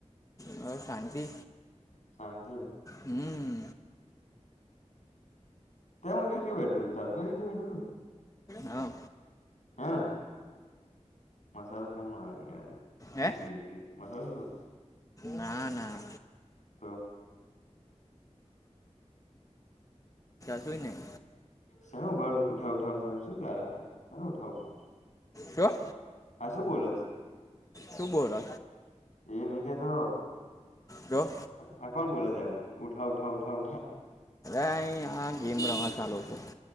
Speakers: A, on the left; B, on the left.
A: બસ શાંતિ
B: શાંતિ.
A: હમ
B: ત હું કઈ બેઠો તું તડકા નીચે બેઠો સુ
A: હા.
B: હા. મસાલો ખાય મારી હારી
A: હે
B: એકલી એકલી મસાલો સ
A: ના ના
B: તો
A: ચશુંય નહી
B: શેનુ ભળ ઉઠાવ ઉઠાવ શું ચ શેનું ઉઠાવ ઉઠાવ
A: શું?
B: આ શું બોલસ
A: શું બોલો
B: એ નઈ કેતો
A: તો
B: હા કોણ બોલે છે હેબું ઉઠા ઉઠા ઉઠા ઉઠા
A: આ અઇ ગેમ રમે સ આ લોકો